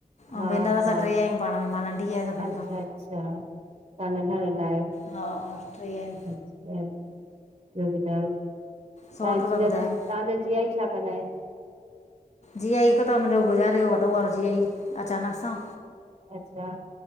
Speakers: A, on the right (about 40°); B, on the left (about 50°).
A: हा
B: ऐं भेनर असां
A: हा
B: टे आ आहियूं पाण में, मां नंढी आहियां सभिनि
A: अच्छा
B: खां
A: अच्छा, तव्हां नंढा नंढा आहियो।
B: हा ट्रे आन
A: अछा, ॿियो ॿुधायो? तहाँजो
B: सौट रुपया
A: जीयाजी
B: ॿुधायईं
A: तव्हांजो जीयाजी छा कंदा आहिनि?
B: जीयाजी हिकु त मुंहिंजो गुज़ारे वयो वॾो वारो जीयाजी अचानक सां
A: अचछा